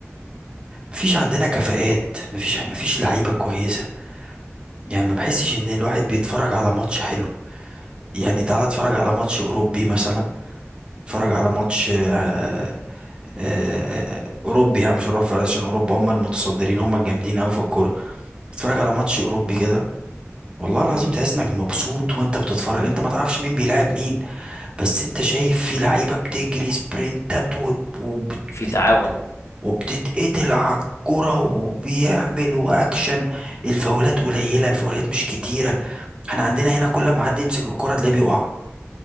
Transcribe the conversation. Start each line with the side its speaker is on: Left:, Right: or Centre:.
Right: مفيش عندنا كفاءات مفيش مفيش لعيبة كويسة يعني ما بحسش ان الواحد بيتفرج على ماتش حلو يعني تعالى اتفرج على ماتش اوروبي مثلا اتفرج على ماتش آه، آه، آه، اوروبي يعني مش هنروح عشان اوروبا هم المتصدرين هم الجامدين قوي في الكوره اتفرج على ماتش اوروبي كده والله العظيم
Left: امم
Right: تحس انك مبسوط وانت بتتفرج انت ما تعرفش مين بيلاعب مين بس انت شايف في لعيبه بتجري سبرنتات وب- وبتت-
Left: وفي تعاون
Right: وبتتقتل على الكرة وبيعمل واكشن الفاولات قليله الفاولات مش كتيره احنا عندنا هنا كل ما حد يمسك الكرة تلاقيه بيقع